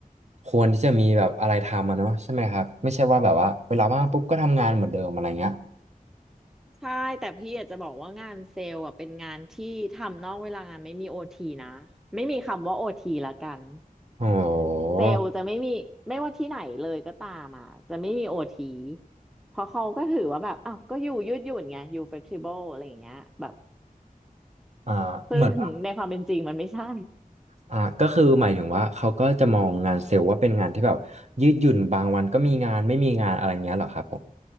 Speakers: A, on the right; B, in the centre.
A: ควรที่จะมีแบบอะไรทำอะเนาะใช่ไหมครับไม่ใช่ว่าแบบว่าเวลาว่างปุ๊บก็ทำงานเหมือนเดิมอะไรเงี้ย
B: ใช่แต่พี่อยากจะบอกว่างานเซลล์อ่ะเป็นงานที่ทำนอกเวลางานไม่มีโอทีนะไม่มีคำว่าโอทีละกัน
A: โอ้โห
B: เซลล์จะไม่มีไม่ว่าที่ไหนเลยก็ตามอ่ะจะไม่มีโอทีเพราะเขาก็ถือว่าแบบอ้าวก็อยู่ยืดหยุ่นไงอยู่เฟ e ซิเบิลอะไรอย่างเงี้ยแบบ
A: อ่าเหมือนว่า
B: ซึ่ง <laughs> ในความเป็นจริงมันไม่ใช่
A: อ่าก็คือหมายถึงว่าเขาก็จะมองงานเซลล์ว่าเป็นงานที่แบบยืดหยุ่นบางวันก็มีงานไม่มีงานอะไรเงี้ยเหรอครับผม